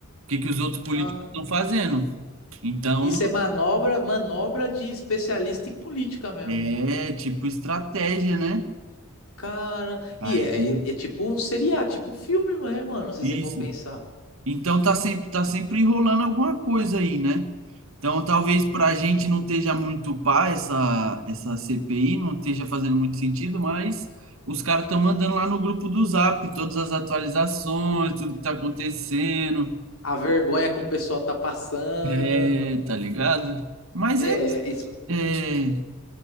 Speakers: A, on the right; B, on the left.
A: que que os outros políticos
B: ah.
A: estão fazendo. Então,
B: Isso é manobra, manobra de especialista em política mesmo.
A: é tipo estratégia, né?
B: Cara,
A: Aí,
B: e é, e é tipo seria, tipo filme, né, mano, se
A: isso.
B: você for pensar.
A: Então tá sempre, tá sempre enrolando alguma coisa aí, né? Então talvez para a gente não esteja muito pá essa, essa CPI, não esteja fazendo muito sentido, mas os caras estão mandando lá no grupo do Zap todas as atualizações, tudo que tá acontecendo,
B: A vergonha que o pessoal tá passando.
A: é, tá ligado? Mas
B: É,
A: é,
B: isso
A: é,